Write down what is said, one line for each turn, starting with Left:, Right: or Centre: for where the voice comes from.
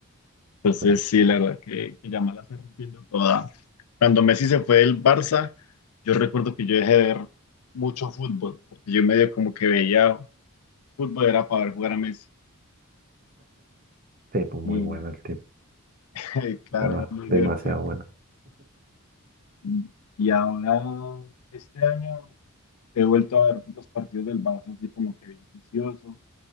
Left: Entonces,
Right: No,
Left: sí, la verdad que, que Yamal la está rompiendo toda. Cuando Messi se fue del Barça, yo recuerdo que yo dejé de ver mucho fútbol, porque yo medio como que veía fútbol era para ver jugar a Messi.
Right: Sí, pues muy
Left: Y
Right: bueno el tipo,
Left: <laughs> claro,
Right: además,
Left: era muy
Right: demasiado
Left: divertido.
Right: bueno.
Left: Y y ahora, este año, he vuelto a ver los partidos del Barça así como que bien vicioso,